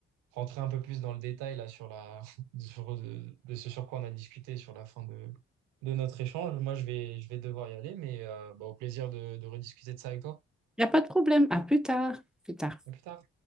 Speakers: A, on the right; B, in the centre.
A: rentrer un peu plus dans le détail là sur la <laughs> sur, euh, de, ce sur quoi on a discuté sur la fin de, de notre échange. Moi, je vais je vais devoir y aller, mais euh, bah, au plaisir de, de rediscuter de ça avec toi.
B: Il n'y a pas de problème. À plus tard. Plus tard.
A: À plus tard.